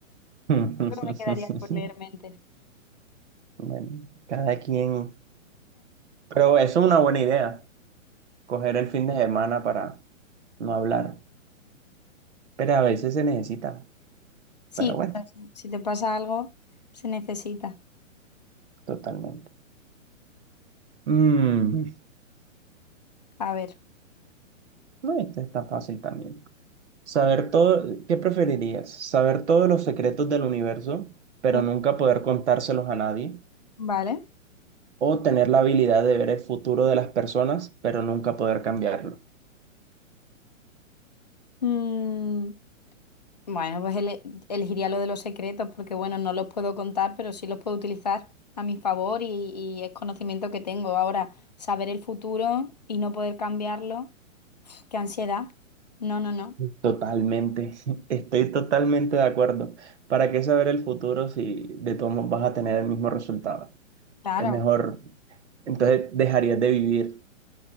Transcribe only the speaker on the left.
Creo que me quedaría por leer mentes.
Sí,
claro, sí. si te pasa algo, se necesita.
A ver.
Mm.
Vale.
Mm, bueno, pues ele- elegiría lo de los secretos porque, bueno, no los puedo contar, pero sí los puedo utilizar a mi favor y, y es conocimiento que tengo. Ahora, saber el futuro y no poder cambiarlo, uf, qué ansiedad. No, no, no.
Claro,